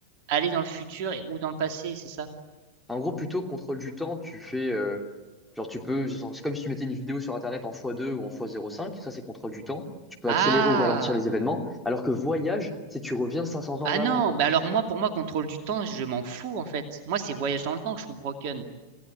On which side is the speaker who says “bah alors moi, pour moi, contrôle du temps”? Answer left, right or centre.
Right